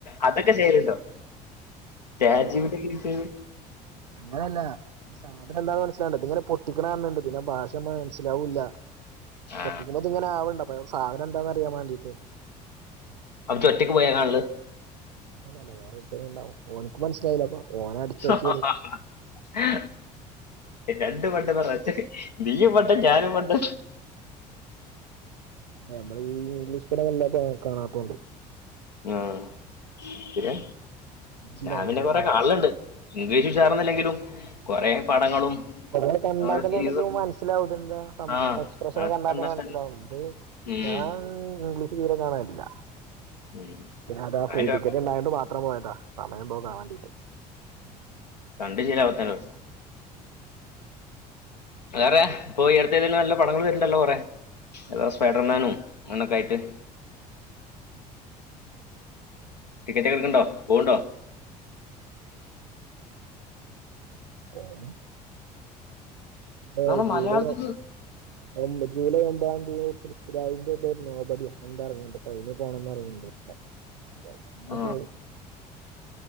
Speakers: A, on the left; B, on the right.
A: അതൊക്കെ ചെയ്ലണ്ടോ? ചാറ്റ് ജി പി ടി യൊക്കെ യൂസ് ചെയ്ത്.
B: അങ്ങനെയല്ല? സാധനം എന്താണ്ന്ന് മനസ്സിലാവുന്നുണ്ട്. ഇതിങ്ങനെ പൊട്ടിക്കണ കാണുന്നുണ്ട്. പിന്നെ ഭാഷ മനസ്സിലാവൂല്ല.
A: ആ
B: പൊട്ടിക്കുമ്പോ ഇങ്ങനെ ആവണ്ട് അപ്പ സാധനം എന്താന്ന് അറിയാൻ വേണ്ടീട്ട്
A: അപ്ജു ഒറ്റയ്ക്ക് പോയ കാൺല്.
B: അങ്ങനെല വേറെരുത്തനു ഉണ്ടാവും. ഒനികും മനസ്സിലായില്ല. അപ്പൊ ഓനെ അടിച്ചു
A: <unintelligible>
B: നോക്കിയത്
A: ഹ രണ്ടും മണ്ടന്മാർ ഒറ്റക് നീയും മണ്ടൻ ഞാനും മണ്ടൻ.
B: നമ്മൾ ഈ ഇംഗ്ലീഷ് പടം വല്ലാതെ കാണാതോണ്ട്
A: ആഹ് പിന്നെ
B: ഇല്ല
A: ഞാമ്പിന്നെ
B: അതുകൊണ്ടായി
A: കൊറെ
B: കാണില്ല
A: കാണല്ണ്ട് ഇംഗ്ലീഷ് ഉഷാറൊന്നല്ലെങ്കിലും കുറേ പടങ്ങളും
B: കുറെ കണ്ടാ
A: ഓരോ
B: അതന്നെ
A: സീരീസും
B: നമക്ക് മനസ്സിലാവും. ഇത് എന്താ
A: ആ
B: എക്സ്പ്രഷനക്ക
A: അതൊക്കെ
B: കണ്ടാത്തന്നെ
A: കണ്ടെത്തല്
B: മനസ്സിലാവു ഇത്
A: ഉം
B: ഞാ... ഇംഗ്ലി തീരേ കാണരില്ല.
A: ഉം
B: പിന്നെ അതാ
A: അതിന്റെ
B: ഫ്രീ ടിക്കറ്റ്
A: കുഴപ്പം
B: ഉണ്ടായണ്ട് മാത്രം പോയതാ. സമയം പോകാൻ വണ്ടിയിട്ട്.
A: രണ്ട് ചിര <unintelligible>
B: ഉം
A: വേറെ പ്പൊ ഈയടുത്ത ഏതേലും നല്ല പടങ്ങൾ വരുണ്ടല്ലോ കൊറെ ഏതാ സ്പൈഡർമാനും ങ്ങനെക്കായ്ട്ട്.
B: ഉം
A: ടിക്കറ്റൊക്കെ ട്ക്ണ്ടോ പോവ്ണ്ടോ
B: ഓണം അ
A: നമ്മുടെ
B: ജൂലൈ
A: മലയാളത്തിൽ
B: <unintelligible> ജൂലൈ ഒമ്പതാന്തി പൃഥ്വിരാജ്ന്റെ ന്തോര് നോബടിയ എന്തോ എറങ്ങ്ണ്ട് പ്പയിന് പോണംന്ന് പറയിണ്ട് അപ്പോങ്ങെനെ ങ്ങള്
A: ആ
B: പോകും